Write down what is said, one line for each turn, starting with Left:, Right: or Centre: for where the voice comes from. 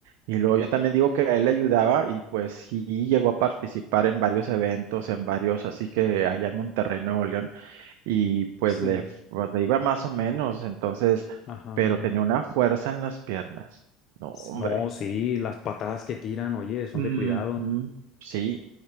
Right: Y luego yo también digo que a él le ayudaba y pues sí llegó a participar en varios eventos, en varios, así que allá en Monterrey, Nuevo León, y pues
Left: sí,
Right: le, f- le iba más o menos, entonces,
Left: ajá.
Right: pero tenía una fuerza en las piernas. No, hombre.
Left: No, sí, las patadas que tiran, oye, son
Right: Ujú,
Left: de cuidado.
Right: Sí,